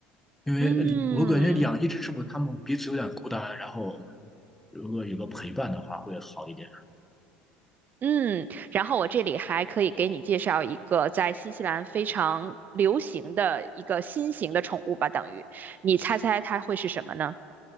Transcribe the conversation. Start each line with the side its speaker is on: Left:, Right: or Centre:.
Centre: 因为呃我感觉养一只是不是他们彼此有点孤单，
Right: 嗯
Centre: 然后如果有个陪伴的话会好一点。
Right: 嗯，然后我这里还可以给你介绍一个在新西兰非常流行的一个新型的宠物吧，等于你猜猜它会是什么呢？